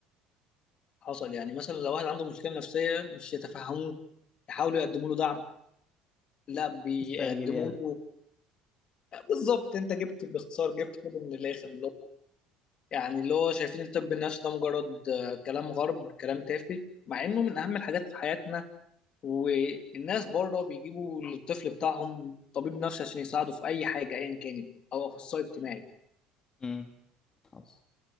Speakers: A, on the left; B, on the left.
A: حصل يعني مثلا لو واحد عنده مشكلة نفسية مش يتفهموه يحاولوا يقدموا له دعم لا بيقدموا
B: استرجل يلا
A: له بالظبط انت جبت باختصار جبت كله من الاخر اللي هو يعني اللي هو شايفين الطب النفسي ده مجرد آه، كلام غرب كلام تافه مع انه من اهم الحاجات في حياتنا والناس بره بيجيبوا للطفل بتاعهم طبيب نفسي عشان يساعده في اي حاجة ايا كانت او اخصائي اجتماعي
B: أمم، خلاص